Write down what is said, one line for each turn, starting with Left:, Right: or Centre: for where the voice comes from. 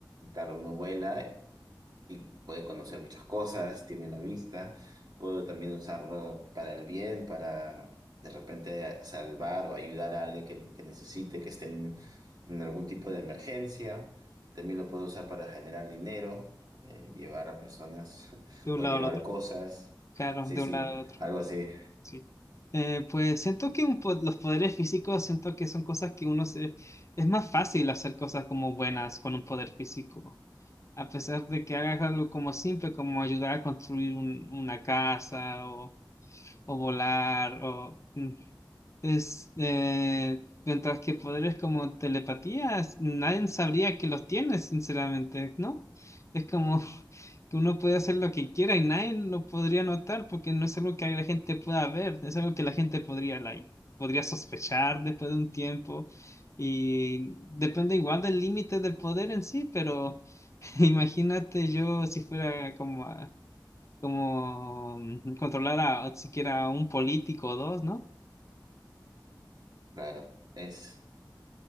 Right: claro, uno vuela y puede conocer muchas cosas, tiene la vista, puedo también usarlo para el bien, para de repente a- salvar o ayudar a alguien que, que necesite, que esté en, en algún tipo de emergencia. También lo puedo usar para generar dinero, eh, llevar a personas <laughs>
Left: De un
Right: o
Left: lado
Right: llevar
Left: al otro.
Right: cosas.
Left: Claro,
Right: Sí,
Left: de
Right: sí,
Left: un lado al otro.
Right: algo así.
Left: Sí. Eh, pues siento que un po- los poderes físicos, siento que son cosas que uno se... Es más fácil hacer cosas como buenas con un poder físico, a pesar de que hagas algo como simple, como ayudar a construir un- una casa o, o volar o... mm, es, eh, mientras que poderes como telepatías, nadie sabría que los tiene, sinceramente, ¿no? Es como <laughs> que uno puede hacer lo que quiera y nadie lo podría notar porque no es algo que la gente pueda ver, es algo que la gente podría, like, podría sospechar después de un tiempo y depende igual del límite del poder en sí, pero <laughs> imagínate yo si fuera como, a- como mm, controlar a siquiera a un político o dos, ¿no?
Right: Claro, es,